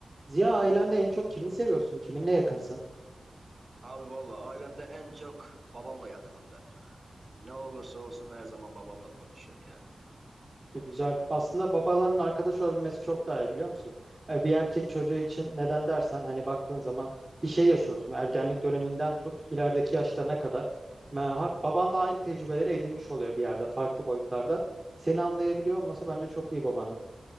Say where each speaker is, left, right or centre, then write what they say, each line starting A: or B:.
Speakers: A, on the right (about 25°); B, on the right (about 40°).
A: Ziya ailende en çok kimi seviyorsun? Kiminle yakınsın?
B: Abi valla alemde en çok babamla yakınım ben. Ne olursa olsun her zaman babamla konuşuyorum yani.
A: E, güzel. Aslında babaların arkadaş olabilmesi çok daha iyi biliyor musun? E, bir erkek çocuğu için neden dersen hani baktığın zaman bir şey yaşıyorsun. Ergenlik döneminden tut ilerideki yaşlarına kadar. Ma- ha- Baban da aynı tecrübeleri edinmiş oluyor bir yerde farklı boyutlarda. Seni anlayabiliyor olması bence çok iyi babanın.